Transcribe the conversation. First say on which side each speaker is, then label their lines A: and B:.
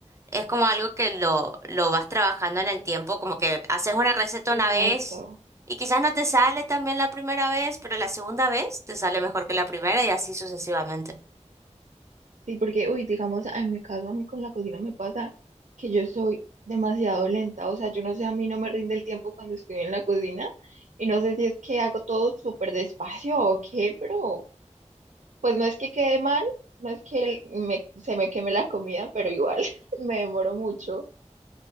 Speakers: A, on the right (about 25°); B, on the right (about 85°).
A: es como algo que lo, lo vas trabajando en el tiempo, como que haces una receta
B: exacto.
A: una vez y quizás no te sale tan bien la primera vez, pero la segunda vez te sale mejor que la primera y así sucesivamente.
B: Sí, porque, uy, digamos, en mi caso, a mí con la cocina me pasa que yo soy demasiado lenta, o sea, yo no sé, a mí no me rinde el tiempo cuando estoy en la cocina y no sé si es que hago todo súper despacio o qué, pero pues no es que quede mal, no es que el- me- se me queme la comida, pero igual <laughs> me demoro mucho.